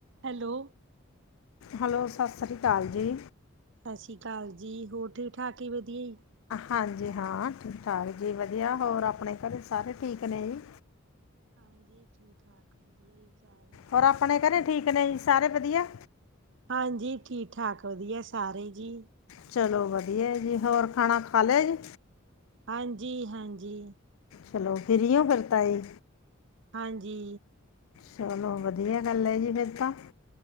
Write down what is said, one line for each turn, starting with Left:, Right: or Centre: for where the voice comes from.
Right: Hello
Left: hello ਸਤਿ ਸ਼੍ਰੀ ਅਕਾਲ ਜੀ।
Right: ਸਤਿ ਸ਼੍ਰੀ ਅਕਾਲ ਜੀ ਹੋਰ ਠੀਕ ਠਾਕ ਵਧੀਆ
Left: ਹਾਂਜੀ ਹਾਂ ਹਾਂਜੀ ਵਧੀਆ ਹੋਰ ਆਪਣੇ ਘਰੇ ਸਾਰੇ ਠੀਕ ਨੇ ਜੀ।
Right: ਹਾਂਜੀ ਠੀਕ ਠਾਕ ਵਧੀਆ ਵਿਚਾਰ
Left: ਔਰ ਆਪਣੇ ਘਰੇ ਠੀਕ ਨੇ ਜੀ ਸਾਰੇ ਵਧੀਆ
Right: ਹਾਂਜੀ ਠੀਕ ਠਾਕ ਵਧੀਆ ਸਾਰੇ ਜੀ।
Left: ਚਲੋ ਵਧੀਆ ਜੀ ਹੋਰ ਖਾਣਾ ਖਾ ਲੈ ਜੀ
Right: ਹਾਂਜੀ ਹਾਂਜੀ
Left: ਚਲੋ ਫਿਰ ਓ ਕਰਤਾ ਏ।
Right: ਹਾਂਜੀ
Left: ਚਲੋ ਵਧੀਆ ਗੱਲ ਐ ਜੀ ਫਿਰ ਤਾਂ